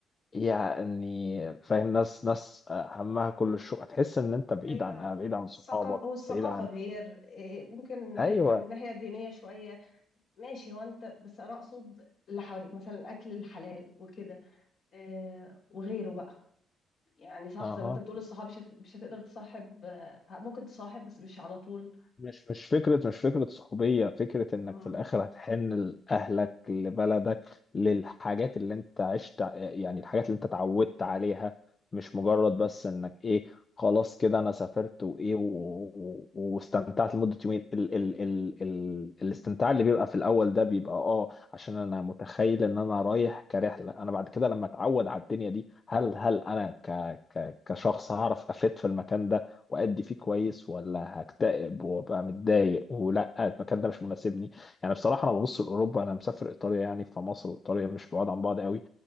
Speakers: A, on the left (about 20°); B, on the left (about 50°).
A: يعني فاهم ناس ناس آه، همها كل الشغل هتحس ان انت بعيد
B: ايوه
A: عن بعيد عن صحابك
B: الثقافه والثقافه
A: بعيد عن
B: غير إيه، ممكن حته
A: ايوه
B: من الناحيه الدينيه شويه ماشي هو انت بس انا اقصد اللي حواليك مثلا الاكل الحلال وكده إيه، وغيره بقى يعني صح
A: اها
B: زي ما انت بتقول الصحاب مش هت- مش هتقدر تصاحب آه، ممكن تصاحب بس مش على طول
A: مش مش فكرة مش فكرة صحوبية فكرة انك
B: مم.
A: في الاخر هتحن لأهلك لبلدك للحاجات اللي انت عشت يعني الحاجات اللي انت اتعودت عليها مش مجرد بس انك ايه خلاص كده انا سافرت وايه و- و- واستمتعت لمدة يومين ال ال ال ال الاستمتاع اللي بيبقى في الاول ده بيبقى اه عشان انا متخيل ان انا رايح كرحلة انا بعد كده لما اتعود على الدنيا دي هل هل انا ك ك كشخص هعرف افيد في المكان ده وأدي فيه كويس ولا هكتئب وأبقى متضايق ولا المكان ده مش مناسبني يعني بصراحة أنا ببص لأوروبا أنا مسافر إيطاليا يعني فمصر وإيطاليا مش بعاد عن بعض قوي